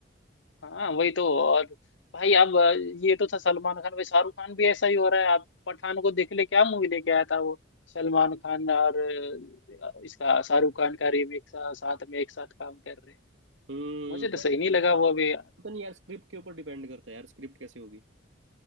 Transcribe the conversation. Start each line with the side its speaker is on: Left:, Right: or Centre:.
Left: हाँ वही तो और भाई अब अ, ये तो था सलमान खान भाई शाहरुख खान भी ऐसा ही हो रहा है आप पठान को देख ले क्या मूवी लेके आया था वो सलमान खान और अ, इसका शाहरुख खान का रीमेक साथ में एक साथ काम कर रहे हैं
Right: हम्म
Left: मुझे तो सही
Right: पर
Left: नहीं लगा वो अभी
Right: पता नहीं यार स्क्रिप्ट के ऊपर डिपेंड करता है यार स्क्रिप्ट कैसे होगी